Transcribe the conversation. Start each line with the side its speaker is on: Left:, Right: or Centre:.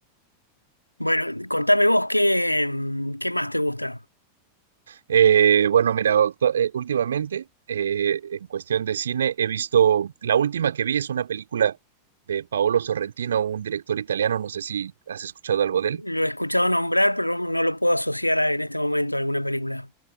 Left: Bueno, contame vos qué, mm, qué más te gusta.
Right: Eh, bueno, mira, actu- eh, últimamente, eh, en cuestión de cine, he visto, la última que vi es una película de Paolo Sorrentino, un director italiano, no sé si has escuchado algo de él.
Left: Lo he escuchado nombrar, pero no no lo puedo asociar a- en este momento a alguna película.